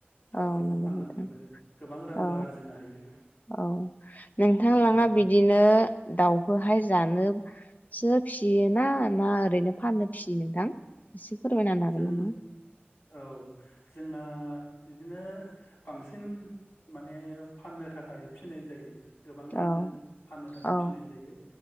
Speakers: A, on the left; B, on the left.
A: दाउफोरखौ
B: औ नंगौ
A: फाननानैबो
B: नोंथां
A: गोबां रांबो
B: औ
A: आरजिनो हायो।
B: औ नोंथां
A: बिदि
B: लाङा
A: आरो
B: बिद बिदिनो दाउखौहाय जानो सो फिसियोना ना ओ रैनो फाननो फिसियो नोंथां? एसे फोरमायना
A: जों
B: होनो हागोन नामा
A: औ जोंना बिदिनो बांसिन माने फाननो थाखाय फिनाय जायो। गोबांनो
B: औ
A: फाननो थाखाय
B: औ
A: फिनाय जायो